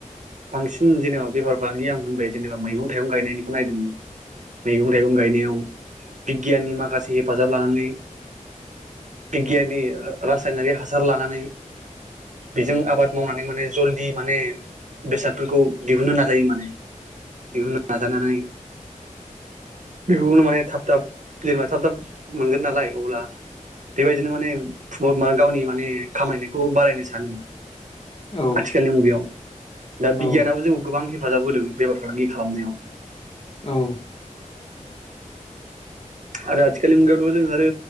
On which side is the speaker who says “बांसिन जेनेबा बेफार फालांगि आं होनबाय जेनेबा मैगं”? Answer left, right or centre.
Right